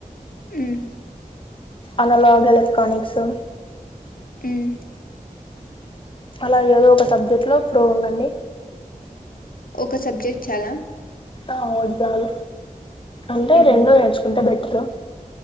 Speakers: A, on the left; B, on the left.
A: మ్మ్
B: అలలాగ్ ఎలెక్ట్రానిక్సు
A: మ్మ్
B: అలా ఏదో ఒక సబ్జెక్ట్లో ప్రో ఉండండి
A: ఒక సబ్జెక్ట్ చాలా
B: ఆ ఒగటి చాలు అంటే
A: ఉమ్
B: రెండో నేర్చుకుంటే బెట్టరు